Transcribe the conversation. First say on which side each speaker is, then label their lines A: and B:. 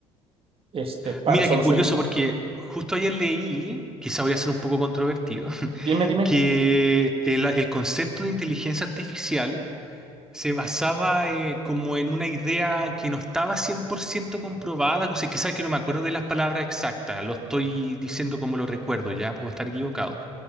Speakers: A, on the right (about 35°); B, in the centre.
A: este, para
B: Mira,
A: soluciones.
B: qué curioso porque justo ayer leí, quizá voy a ser un poco controvertido, <laughs>
A: Dime, dime.
B: que el, el concepto de inteligencia artificial se basaba eh, como en una idea que no estaba 100% comprobada, o sea, quizás que no me acuerdo de las palabras exactas, lo estoy diciendo como lo recuerdo, ya puedo estar equivocado,